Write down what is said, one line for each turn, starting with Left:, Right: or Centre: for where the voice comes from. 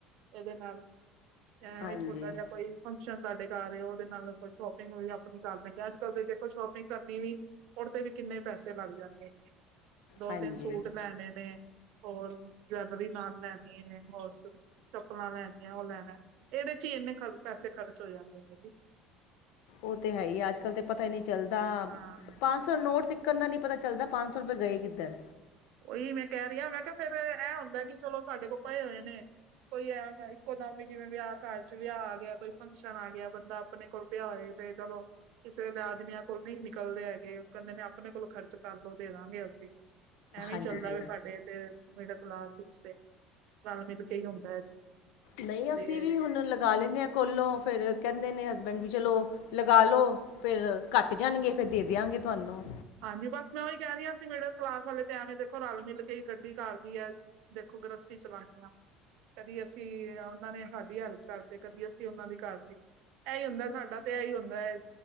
Right: ਇਹਦੇ ਨਾਲ, ਐ
Left: ਹਾਂਜੀ
Right: ਵੀ ਛੋਟਾ ਜਿਹਾ ਕੋਈ ਫੰਕਸ਼ਨ ਤੁਹਾਡੇ ਘਰ ਉਹਦੇ ਨਾਲ ਕੋਈ ਸ਼ੋਪਿੰਗ ਵੀ ਆਪਣੀ ਕਰ ਲੈਣੀ ਅੱਜ ਕੱਲ ਤੇ ਦੇਖੋ ਸ਼ੋਪਿੰਗ ਕਰਨੀ ਵੀ ਉਹਦੇ ਤੇ ਵੀ ਕਿੰਨੇ ਪੈਸੇ ਲੱਗ ਜਾਂਦੇ, ਦੋ
Left: ਹਾਂਜੀ
Right: ਤਿੰਨ ਸੂਟ ਲੈਣੇ ਨੇ ਹੋਰ ਜਿਊਲਰੀ ਨਾਲ ਲੈਣੀ ਹੈ ਹੋਸੂ ਚੱਪਲਾਂ ਲੈਣੀਆਂ, ਉਹ ਲੈਣਾ ਇਹਦੇ ਚ ਹੀ ਇੰਨੇ ਖ ਪੈਸੇ ਖਰਚ ਹੋ ਜਾਂਦੇ ਨੇ ਜੀ
Left: ਔ ਤੇ ਹੈ ਈ, ਅੱਜ-ਕੱਲ ਤੇ ਪਤਾ ਹੀ ਨੀ ਚੱਲਦਾ,
Right: ਹਾਂ
Left: ਪੰਜ ਸ ਸੌ ਨੋਟ ਤਿੱੱਕਣ ਦਾ ਨ੍ਹੀਂ ਪਤਾ ਚੱਲਦਾ, ਪੰਜ ਸੌ ਰੁਪਏ ਗਏ ਕਿੱਧਰ?
Right: ਓਹੀ ਮੈਂ ਕਹਿ ਰਹੀ ਆਂ ਮੈਂ ਕਹਿ, ਫੇਰ ਐ ਹੁੰਦਾ ਕਿ ਚਲੋ ਸਾਡੇ ਕੋਲ ਪਏ ਹੋਏ ਨੇ। ਕੋਈ ਐ ਮੈਂ ਇੱਕੋਦਮ ਵੀ ਜਿਵੇਂ ਵਿਆਹ ਘਰ ਚ ਵਿਆਹ ਆ ਗਿਆ, ਕੋਈ ਫੰਕਸ਼ਨ ਆ ਗਿਆ, ਬੰਦਾ ਅਪਣੇ ਕੋਲ ਪਿਆ ਹੋਏ ਤੇ ਚਲੋ। ਕਿਸੇ ਵੇਲੇ ਆਦਮੀਆਂ ਕੋਲ ਨਹੀਂ ਨਿਕਲਦੇ ਹੈਗੇ, ਔ ਕਹਿੰਦੇ ਨੇ ਅਪਣੇ ਕੋਲੋਂ ਖਰਚ ਕਰਲੋ, ਦੇ ਦੇਵਾਂਗੇ ਅਸੀਂ। ਐਵੇਂ
Left: ਹਾਂਜੀ
Right: ਹੀ ਚੱਲਦਾ ਵੇ ਸਾਡੇ ਤੇ ਮਿਡਲ ਕਲਾਸ ਵਿਚ ਤੇ, ਰਲ ਮਿਲ ਕੇ ਹੀ ਹੁੰਦਾ ਐ ਜੀ।
Left: ਨਹੀਂ
Right: ਕਦੇ
Left: ਅਸੀਂ ਵੀ ਹੁਣ ਲਗਾ ਲੈਂਦੇ ਆਂ ਕੋਲੋਂ, ਫਿਰ ਕਹਿੰਦੇ ਨੇ ਹਸਬੈਂਡ ਬੀ ਚਲੋ ਲਗਾ ਲੋ ਫਿਰ ਘਟ ਜਾਣਗੇ ਫਿਰ ਦੇ ਦਿਆਂਗੇ ਤੁਹਾਨੂੰ
Right: ਹਾਂਜੀ ਬਸ ਮੈਂ ਉਹੀ ਕਹਿ ਰਹੀ ਹਾਂ, ਮਿਡਲ ਕਲਾਸ ਵਾਲੇ ਤੇ ਐਵੇਂ ਦੇਖੋ ਰਲ ਮਿਲ ਕੇ ਗੱਡੀ ਕਰਦੀ ਹੈ ਦੇਖੋ ਗ੍ਰਸਤੀ ਚਲਾਉਂਦੇ ਹਾਂ ਕਦੀ ਅਸੀਂ ਉਹਨਾਂ ਨੇ ਸਾਡੀ ਹੈਲਪ ਕਰਤੀ ਕਦੀ ਅਸੀਂ ਉਹਨਾਂ ਦੀ ਕਰਤੀ ਇਹੀ ਹੁੰਦਾ ਸਾਡਾ ਤੇ ਇਹੀ ਹੁੰਦਾ ਇਸ